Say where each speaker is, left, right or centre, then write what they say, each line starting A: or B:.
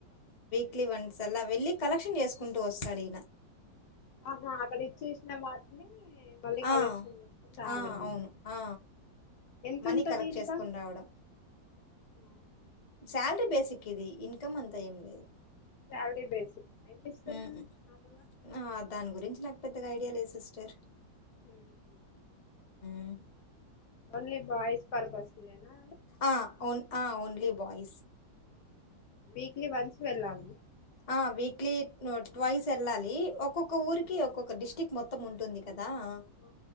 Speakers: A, on the left; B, on the left.
A: క్లీ వన్స్ అలా వెళ్ళి కలెక్షన్ చేసుకుంటూ వస్తాడీన
B: ఆహా అక్కడ ఇచ్చేసిన వాటినీ మళ్ళీ కలెక్షన్
A: ఆ
B: చేసుకొని రావడమే
A: ఆ అవును ఆ
B: ఎంతుంటది
A: మనీ కలెక్ట్
B: ఇన్క
A: చేసుకొని రావడం
B: ఆ
A: సాలరీ బేసిక్ ఇది ఇన్కమ్ అంతా ఏం లేదు
B: శాలరీ బేసికా ఎంత ఇస్తారని
A: ఊ ఉ
B: మామూలుగా
A: ఆ దాని గురించి నాక్ పెద్దగా ఐడియా లేద్ సిస్టర్
B: ఊహు
A: ఉహ్
B: ఓన్లీ బాయిస్ పర్ పస్లెనా
A: ఆ ఓన్ ఆ ఓన్లీ బాయ్
B: వీక్లీ వన్స్ వెళ్ళాలి
A: ఆ వీక్లీ ను ట్వైస్ వెళ్ళాలీ ఒక్కొక్క ఊరికి
B: ఉమ్.
A: ఒక్కొక్క డిస్ట్రిక్ మొత్తం ఉంటుంది కదా దా
B: ఆ